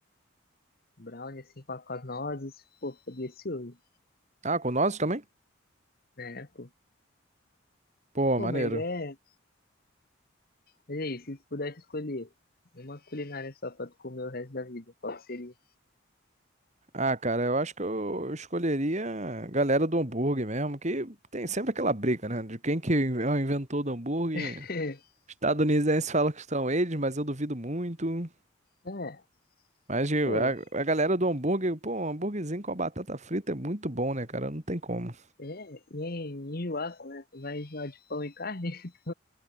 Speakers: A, on the left (about 50°); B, on the right (about 35°).
A: Brownie assim com, a- com as nozes, pô, fica delicioso,
B: Ah, com nós também?
A: né, pô.
B: Pô,
A: Pô,
B: maneiro.
A: mas é, mas é isso, se tu pudesse escolher uma culinária só pra tu comer o resto da vida, qual que seria?
B: Ah, cara, eu acho que eu eu escolheria a galera do hambúrguer mesmo, que tem sempre aquela briga, né? De quem que é o inventor do hambúrguer.
A: <laughs>
B: Estadunidenses fala que são eles, mas eu duvido muito.
A: É,
B: Mas eu-
A: pô,
B: a, a galera do hambúrguer, pô, um hambúrguerzinho com a batata frita é muito bom, né, cara? Não tem como.
A: É, e é enjoaça, né? Tu vai enjoar de pão e carne? <laughs>